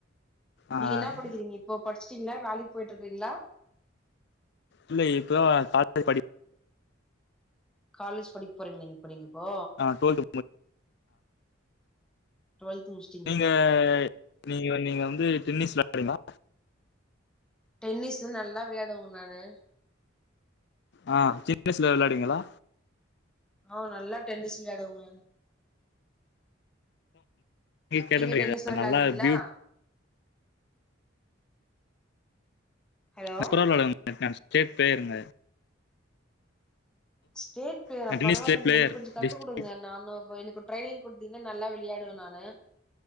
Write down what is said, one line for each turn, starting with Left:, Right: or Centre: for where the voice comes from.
Left: ஆ
Centre: நீங்க இன்னா படிக்கிறீங்க இப்போ படிச்ட்டீங்ளா வேலைக்கு போய்ட்ருக்கீங்களா
Left: இல்ல இப்ப தா காலேஜ் படி
Centre: காலேஜ் படிக்போறீங் நீங் இப்போ நீங்க இப்போ
Left: டுவெல்த்
Centre: டூவெல்த்து முச்
Left: நீங்க நீங்க நீங்க வந்து டென்னிஸ் வெளாட்வீங்ளா
Centre: டென்னிஸ்லா நல்லா விளாயாடுவேங்க நானு
Left: ஆ சின்ன வய்சுல வெளாடுவீங்ளா
Centre: ஆ நல்லா டென்னிஸ் விளயாட்வேங்க
Left: கேட்டுங்க
Centre: நீங்க டென்னிஸ்லா வெளாட்வீங்ளா
Left: நல்லா பியூட்
Centre: ஹலோ
Left: நா சூப்பரா வெளயாட்வேங்க நா ஸ்டேட் பிளேயருங்க
Centre: ஸ்டேட் பிளேயரா
Left: நான் டென்னிஸ்
Centre: பரவால்லங்
Left: ஸ்டேட் பிளேயர்
Centre: எனக் கொஞ்சோ கத்துக்
Left: டிஸ்ட்ரிக்ட்
Centre: குடுங்க நானு <unintelligible> ட்ரைனிங் குடுத்தீங்னா நல்லா விளையாடுவே நானு